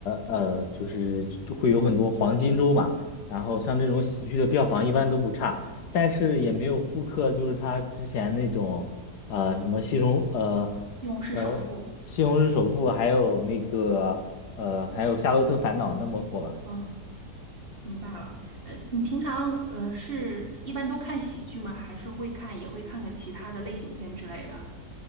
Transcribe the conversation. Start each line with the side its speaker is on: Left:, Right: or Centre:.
Left: 呃，就是就会有很多黄金周嘛，然后像这种喜剧的票房一般都不差，但是也没有复刻就是他之前那种呃什么西虹呃
Right: 《西红柿首富》。
Left: 呃西虹市首富，还有那个呃还有夏洛特烦恼那么火吧。
Right: 嗯，明白了。呃，你平常呃是一般都看喜剧吗？还是会看也会看看其他的类型片之类的？